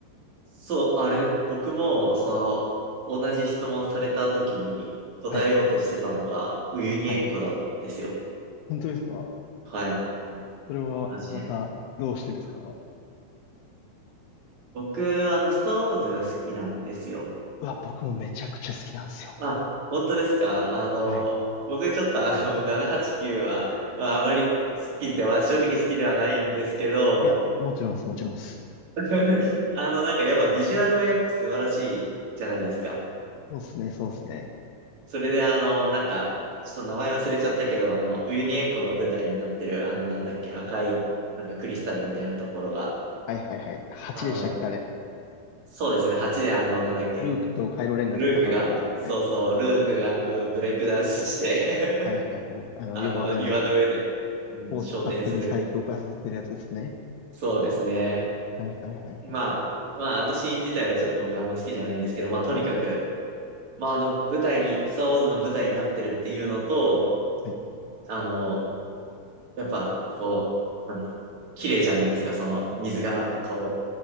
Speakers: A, on the right (about 40°); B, on the left (about 85°).
A: そう、あれ、僕も、その、同じ質問された時に答えようとしてたのが、
B: はい、
A: ウユニ塩湖だったんですよ。
B: はい。本当ですか
A: はい。
B: それはまたどうしてですか
A: マジで。僕、あの、スターウォーズが好きなんですよ。
B: うわ、僕もめちゃくちゃ好きなんですよ。
A: あ、本当ですかあの、
B: はい。
A: 僕ちょっとあの、789はちきゅうは、まあ、あまり好きでは、正直好きではないんですけど、
B: いや、もちろんです、もちろんです。
A: <laughs> あの、なんかやっぱビジュアルはやっぱ素晴らしいじゃないですか。
B: そうですね、そうですね。
A: それであの、なんか、ちょっと名前忘れちゃったけど、あの、ウユニ塩湖が舞台になってる、あの、なんだっけ、赤い、なんかクリスタルみたいなところが、
B: はいはいはい。8でしたっけ、
A: あの、
B: あれ。
A: そうですね、8であの、なんだっけ、
B: ルークとカイロレンが戦うとこですよね。
A: ルークが、そうそう、ルークがあの、ブレイクダンスして
B: はいはいはい。
A: <laughs>
B: あの、
A: あの、
B: よくわかんない。
A: 岩の上で、うん、
B: フォース勝手に最強化させてるやつですね。
A: 昇天する。そうですね。
B: はいはいはいはい。
A: まあ、まあ、あのシーン自体はちょっと僕あんま好きじゃないんですけど、まあ、とにかく、まあ、あの、舞台に、スターウォーズの舞台になってるっていうのと、
B: はい、
A: あの、やっぱ、こう、なんだ、綺麗じゃないですか、その水が、こ